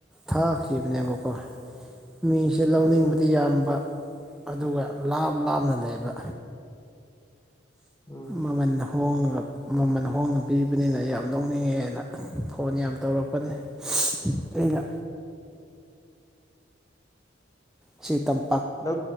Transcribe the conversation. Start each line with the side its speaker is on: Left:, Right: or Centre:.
Centre: ꯊꯥꯈꯤꯕꯅꯦꯕꯀꯣ ꯃꯤꯁꯦ ꯂꯧꯅꯤꯡꯕꯗꯤ
Left: ꯎꯝ
Centre: ꯌꯥꯝꯕ ꯑꯗꯨꯒ ꯂꯥꯞ ꯂꯥꯞꯅ ꯂꯩꯕ
Left: ꯎꯝ
Centre: ꯃꯃ ꯍꯣ ꯃꯃꯜ ꯍꯣꯡꯅ ꯄꯤꯔꯤꯕꯅꯤꯅ ꯌꯥꯝ ꯅꯣꯛꯅꯤꯡꯉꯦ ꯑꯅ ꯐꯣꯟ ꯌꯥꯝ ꯇꯧꯔꯛꯄꯅꯤ ꯑꯩꯅ ꯁꯤꯇꯝ
Left: ꯅ